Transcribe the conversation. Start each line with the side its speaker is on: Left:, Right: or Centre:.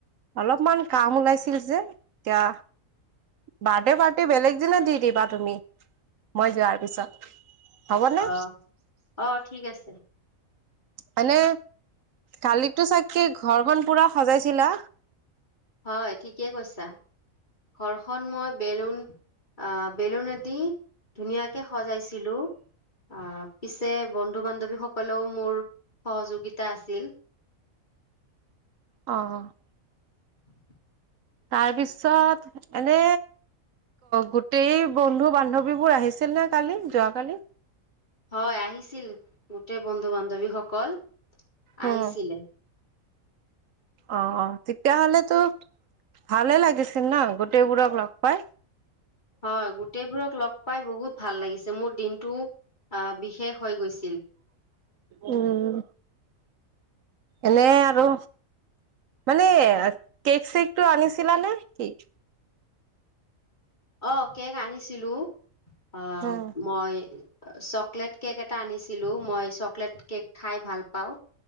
Right: অলপমান কাম ওলাইছিল যে এতিয়া বাৰ্থডে পাৰ্টি বেলেগ দিনে দি দিবা তুমি মই যোৱাৰ পিছত। হ'বনে
Left: অ' অ' ঠি'ক আছে।
Right: মানে, কালিততো চাগকে ঘৰ ম পুৰা সজাইছিলা
Left: হয় ঠিকেই কৈছা ঘৰখন মই বেলুন আহ বেলুনদি ধুনীয়াকে সজাইছিলো। আহ পিছে বন্ধু বান্ধৱীসকলেও মোৰ সহযোগিতা আছিল।
Right: অ'
Left: <unintelligible>
Right: তাৰপিছত, এনে গোটেই বন্ধু বান্ধৱীবোৰ আহিছিল নে কালি যোৱাকালি।
Left: হয় আহিছিল গোটেই বন্ধু বান্ধৱীসকল আহিছিলে।
Right: উম অ' অ 'তেতিয়াহ'লে তো ভালে লাগিছিল ন গোটেইবোৰক লগ পাই।
Left: হয় গোটেইবোৰক লগ পাই বহুত ভাল লাগিছে। মোৰ দিনটো আহ বিশেষ হৈ গৈছিল।
Right: উম, এনে আৰু মানে কেক চেক টো আনিছিলা নে্ কি
Left: অ' কেক আনিছিলো। অ'
Right: উম
Left: মই চকলেট কেক এটা আনিছিলো। মই চকলেট কেক খাই ভাল পাওঁ।